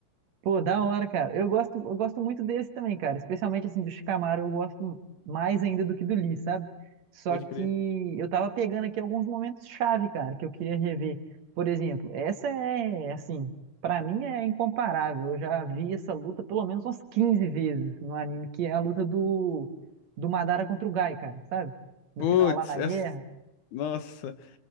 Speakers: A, on the right; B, on the left.
A: Pô, da hora, cara. Eu gosto, eu gosto muito desse também, cara. Especialmente assim do Shikamaru, eu gosto mais ainda do que do Lee, sabe? Só
B: Pode
A: que
B: crer.
A: eu tava pegando aqui alguns momentos chave, cara, que eu queria rever. Por exemplo, essa é assim, pra mim é incomparável. Eu já vi essa luta pelo menos umas 15 vezes no anime, que é a luta do do Madara contra o Gai, cara, sabe? No
B: Putz,
A: final lá na
B: essa.
A: guerra.
B: Nossa,